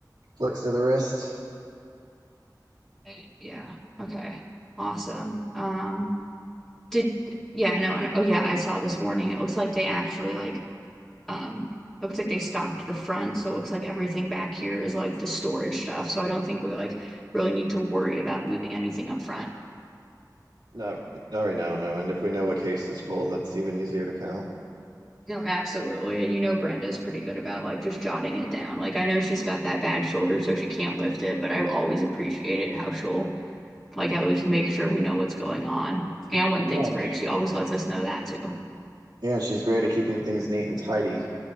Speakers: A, on the right; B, in the centre.
A: flicks to the wrist.
B: Right. Yeah. Okay. Awesome. Um, did yeah, no, and, oh yeah, I saw this morning. It looks like they actually like Um, it looks like they stocked the front, so it looks like everything back here is like the storage stuff. So I don't think we like really need to worry about moving anything up front.
A: Not not right now, no. And if we know a case is full, that's even easier to count.
B: No, absolutely. You know Brenda's pretty good about like just jotting it down. Like I know she's got that bad shoulder, so she can't lift it, but I've always appreciated how she'll like at least make sure we know what's going on. And when
A: Yeah,
B: things break, she always lets us know that too.
A: yeah, she's great at keeping things neat and tidy,